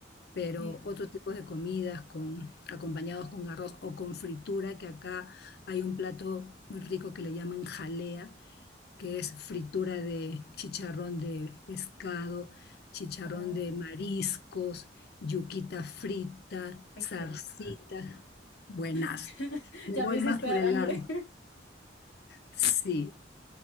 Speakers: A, on the left; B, on the left.
A: pero
B: Sí.
A: otro tipo de comidas con, acompañados con arroz o con fritura, que acá hay un plato muy rico que le llaman jalea, que es fritura de chicharrón de pescado, chicharrón
B: Oh,
A: de mariscos, yuquita frita,
B: ay,
A: zarcita,
B: qué rico.
A: buenas.
B: <laughs>
A: Me
B: Ya
A: voy
B: me hiciste
A: más por
B: dar
A: el
B: hambre.
A: lado. Sí,
B: <laughs>